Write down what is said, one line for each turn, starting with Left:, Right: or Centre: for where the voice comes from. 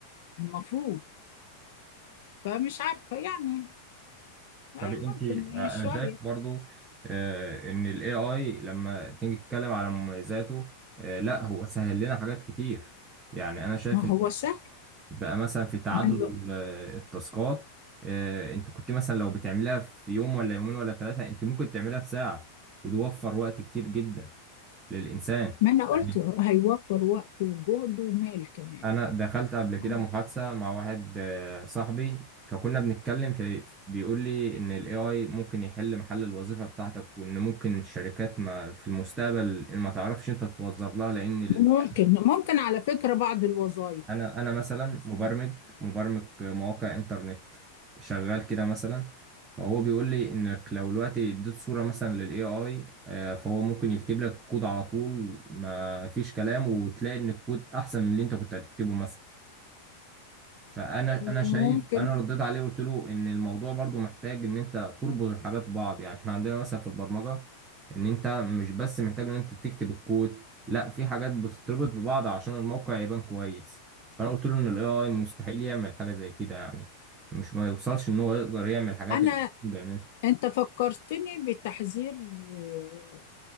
Left: المفروض فمش عارفة يعني
Right: طب
Left: أي
Right: انت
Left: ممكن يا
Right: انا
Left: شوية
Right: شايف برضو آه، ان الاي اي لما تيجي تتكلم على مميزاته آه، لا هو سهل لنا حاجات كتير يعني انا شايف
Left: ما هو
Right: ان
Left: سهل
Right: بقى مثلا في تعدد
Left: ما أنا, ب...
Right: ال- آه، التاسكات آه، انت كنت مثلا لو بتعملها في يوم ولا يومين ولا ثلاثة انت ممكن تعملها في ساعة وده وفر وقت كتير جدا للانسان
Left: ما أنا قلت
Right: يعني
Left: هيوفر وقت وجهد ومال كمان
Right: انا دخلت قبل كده
Left: أنا-
Right: محادثه مع واحد آه، صاحبي فكنا بنتكلم في بيقول لي ان الاي اي ممكن يحل محل الوظيفه بتاعتك وان ممكن الشركات ما في المستقبل ما تعرفش انت توظف لها لان ال...
Left: ممكن
Right: يعني
Left: ممكن على فكرة بعض الوظائف
Right: انا انا مثلا
Left: بس
Right: مبرمج
Left: مش
Right: مبرمج مواقع انترنت شغال كده مثلا فهو بيقول لي انك لو دلوقتي اديت صوره مثلا للاي اي فهو ممكن يكتب لك كود على طول ما فيش كلام وتلاقي ان الكود احسن من اللي انت كنت هتكتبه مثلا فانا انا شايف
Left: ممكن
Right: انا رديت عليه وقلت له ان الموضوع برضو محتاج ان انت تربط الحاجات ببعض يعني احنا عندنا مثلا في البرمجه ان انت مش بس محتاج ان انت تكتب الكود لا في حاجات بتتربط ببعض عشان الموقع يبان كويس فانا قلت له ان الاي اي مستحيل يعمل حاجه زي كده يعني مش ما يوصلش ان هو يقدر يعمل حاجات
Left: أنا
Right: اللي الإنسان بيعملها
Left: أنت فكرتني بتحذير آه،